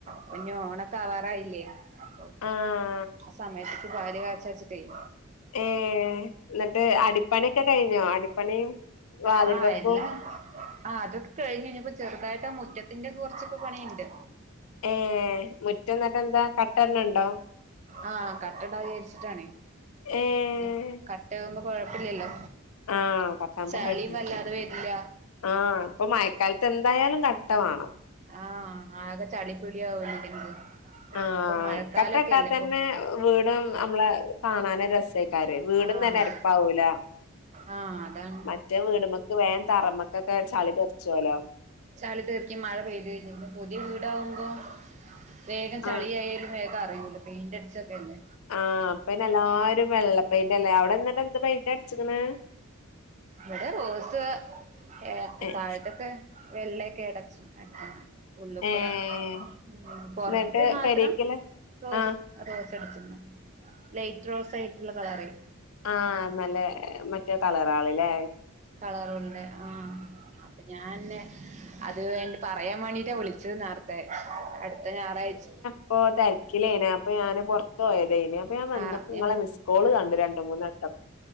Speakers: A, on the right; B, on the left.
A: പ്പഞ്ഞ് ഓണൊക്കെ ആവാറായില്ലേ, അപ്പൊ
B: ആഹ്
A: ആ സമയത്ത്ക്ക് പാല് കാച്ച ച്ചിട്ടേയ്
B: ഏ ന്നിട്ട് അടിപ്പണിയൊക്കെ കഴിഞ്ഞോ? അടിപ്പണിയും വാതിൽ
A: ആ
B: വെപ്പും
A: ഇല്ല. ആ അത് കഴിഞ്ഞു. ഞ്ഞിപ്പോ ചെറുതായിട്ട് ആ മുറ്റത്തിൻ്റൊക്ക കൊർച്ചൊക്ക പണിണ്ട്.
B: ഏ മുറ്റം നട്ട് എന്താ കട്ടട്ണ്‌ണ്ടോ
A: ആ കട്ട ടാ വിചാരിച്ചിട്ടാണെയ്.
B: ഏഹ്
A: തൊക് കട്ടേവുമ്പോ കൊഴപ്പില്ലല്ലോ.
B: ആ <unintelligible>
A: ചളിയും വല്ലാതെ വരില്ല
B: ആ അപ്പം മഴക്കാലത്ത് എന്തായാലും ക ട്ട വാണം
A: ആ, ആകെ ചളി പിളിയാവ്. <unintelligible>
B: ആഹ്
A: ഇന്നിപ്പോ മഴക്കാലൊക്കെയല്ലേ
B: കട്ട ഇട്ടാ തന്നെ
A: പ്പം
B: വീടും നമ്മളെ കാണാനൊരു രസെ ക്കാരെയ്, വീടും
A: ആഹ്
B: തന്നെ എരപ്പാവൂല.
A: ആഹ് അതാണ്
B: മ- റ്റെ വീട്മ്മക്ക് വേൻ തറമ്മക്കൊക്കെ ചളി തെറ്ച്ചോല്ലോ
A: ചളി തെറിക്കും മഴ പെയ്ത്. ഇഞ്പ്പം പുതിയ വീടാവുമ്പം വേഗം
B: ആഹ്
A: ചളിയായാലും വേഗറിയൂല. പെയിന്റ് അടിച്ചതല്ലെ.
B: ആ, പ്പ അയ്ന് എല്ലാരും വെള്ളപ്പെയ്ന്റല്ലേ അവിടെ ന്നട്ട് എന്ത് പെയ്ന്റ അടിച്ച്ക്ക്ണ്?
A: വടെ റോസ്. ഏ
B: ഏഹ്
A: തായത്തൊക്കെ വെള്ളെക്കെ ടച്ച്ന് അടിച്ച്ണ് ഉള്ള്ക്കൂടെ,
B: ഏഹ്
A: ഉം പൊർത്ത്
B: എന്നിട്ട്
A: മാത്രം
B: പെരേക്കില്ലേ
A: റോസ്-
B: ആഹ്
A: അ റോസ് അടിച്ച്ണ്ണ് ലൈറ്റ് റോസ് ആയിട്ട്ള്ള കളറെയ്
B: ആ നല്ലെ മറ്റേ കളറേള് ഇല്ലേ
A: കളറുണ്ട് ആ അപ്പൊ ഞ ആന്നെ അത് പറയാ വേണ്ടീട്ടാ വിളിച്ചത് നേർത്തെ അടുത്ത ഞായറാഴ്ച
B: പ്പൊ തെർക്കിലേനു അപ്പൊ ഞാന് പൊർത്തോയ്തേനെ. ഇപ്പ ഞാൻ വന്നപ്പോ
A: ആഹ്
B: നിങ്ങളെ
A: ഞാൻ
B: മിസ്കോള് കണ്ട് രണ്ട് മൂന്ന് വട്ടം